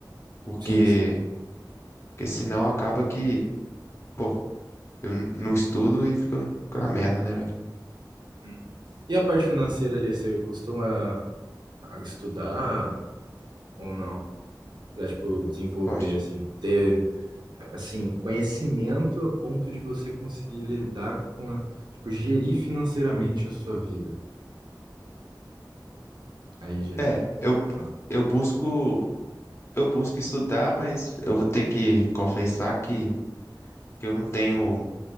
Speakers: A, on the left (about 35°); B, on the right (about 70°).
A: Porque,
B: Sim, sim.
A: porque senão acaba que, pô, eu n- não estudo e fico, fico na merda, né, velho?
B: Hum. E a parte financeira ali, você costuma estudar ou não? Pra, tipo, desenvolver,
A: Eu acho.
B: assim, ter, assim, conhecimento a ponto de você conseguir lidar com a, tipo, gerir financeiramente a sua vida. Aí já
A: É,
B: é.
A: eu,
B: Ah,
A: eu busco, eu busco estudar, mas eu vou ter que confessar que, que eu não tenho,